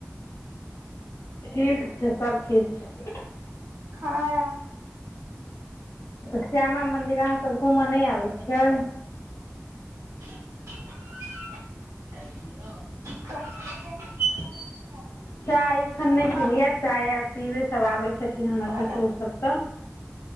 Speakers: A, on the left; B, on the right.
A: ठीक छै सब ठीक छै।
B: हँ।
A: श्यामा मंदिर अहाँ सब घूमो नय आबै छियै।
B: <unintelligible>
A: चाय एख्खन नय
B: हँ
A: पिलयै, चाय आब पीबै सब आबै छथिन हमर
B: पागल
A: ससुरसब तऽ